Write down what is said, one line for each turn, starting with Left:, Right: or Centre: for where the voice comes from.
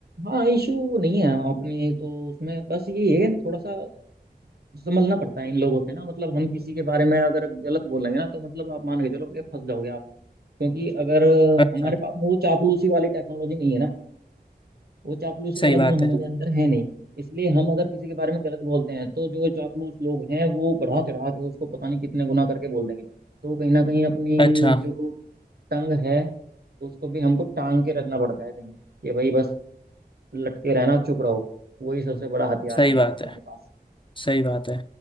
Right: हाँ इशू नहीं है अपने तो उसमें बस ये है थोड़ा सा संभलना पड़ता है इन लोगों से ना मतलब हम किसी के बारे में अगर गलत बोलेंगे ना तो मतलब आप मान के चलो कि फंस जाओगे आप क्योंकि अगर
Left: अच्छा
Right: हमारे पास में वो चापलूसी वाली टेक्नोलॉजी नहीं है ना वो चापलूसी
Left: सही
Right: वाला
Left: बात
Right: गुण हमारे
Left: है
Right: अंदर है नहीं इसलिए हम अगर किसी के बारे में गलत बोलते हैं तो जो चापलूस लोग हैं वो बढ़ा चढ़ा के उसको पता नहीं कितने गुना करके बोल देंगे तो कहीं ना कहीं अपनी
Left: अच्छा
Right: जो टंग है उसको भी हमको टांग के रखना पड़ता है कहीं कि भाई बस लटके रहना चुप रहो वही सबसे बड़ा हथियार
Left: सही
Right: है हमारा
Left: बात
Right: हमारे
Left: है
Right: पास
Left: सही बात है